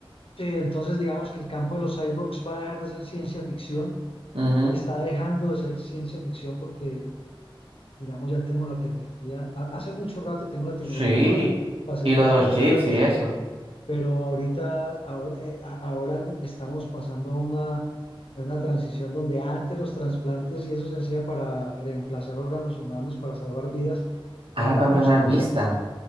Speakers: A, on the left; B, on the right.
A: Sí, entonces digamos que el campo de los cyborgs va a dejar de ser ciencia ficción,
B: Ujú.
A: está dejando de ser ciencia ficción porque digamos, ya tenemos la tecnología, ha- hace mucho rato tenemos la tecnología
B: Sí,
A: para, para hacer
B: y
A: trasplante
B: lo de los chips
A: de órganos,
B: y eso.
A: pero ahorita, ahora, eh, a- ahora estamos pasando a una, a una transición donde antes los trasplantes y eso se hacía para reemplazar órganos humanos, para salvar vidas,
B: Ahora
A: ahora
B: para
A: vamos
B: mejorar
A: a coger,
B: vista.